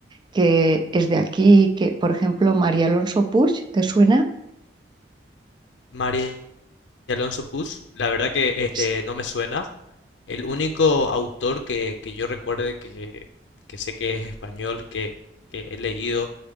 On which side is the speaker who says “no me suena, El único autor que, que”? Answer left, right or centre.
Left